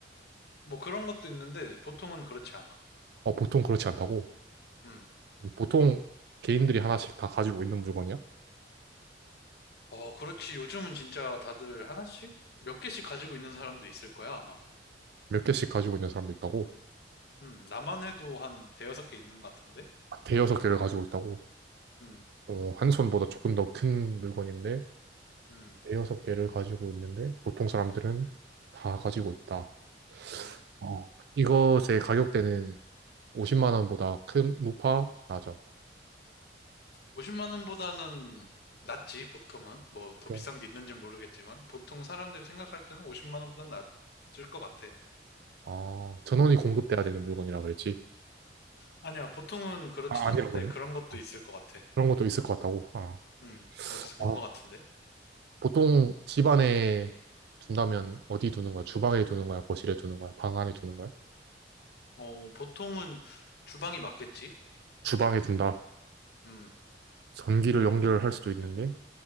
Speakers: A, on the left; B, on the right.
A: 뭐 그런 것도 있는데, 보통은 그렇지 않아.
B: 어, 보통 그렇지 않다고.
A: 음.
B: 음, 보통 개인들이 하나씩 다 가지고 있는 물건이야?
A: 어, 그렇지. 요즘은 진짜 다들 하나씩? 몇 개씩 가지고 있는 사람도 있을 거야, 아마.
B: 몇 개씩 가지고 있는 사람도 있다고?
A: 음, 나만 해도 한 대여섯 개 있는 것 같은데?
B: 대여섯 개를 가지고 있다고?
A: 음,
B: 어, 한 손보다 조금 더 큰 물건인데,
A: 음,
B: 대여섯 개를 가지고 있는데, 보통 사람들은 다 가지고 있다.
A: 음.
B: 어, 이것의 가격대는 50만 원보다 큰, 높아, 낮아.
A: 50만 원보다는 낫지, 보통은. 뭐,
B: 보통.
A: 더 비싼 게 있는지는 모르겠지만, 보통 사람들이 생각할 때는 50만 원보다는 낫을 것 같아.
B: 아, 전원이 공급돼야 되는 물건이라 그랬지.
A: 아니야, 보통은 그렇진
B: 아, 아니라고
A: 않은데,
B: 했네.
A: 그런 것도
B: 어,
A: 있을 것 같아.
B: 그런 것도 있을 것 같다고. 아.
A: 음, 어디서 본
B: 아,
A: 것 같은데?
B: 보통 집 안에 둔다면 어디 두는 거야? 주방에 두는 거야? 거실에 두는 거야? 방 안에 두는 거야?
A: 어, 보통은 주방이 맞겠지?
B: 주방에 둔다.
A: 음,
B: 전기를 연결할 수도 있는데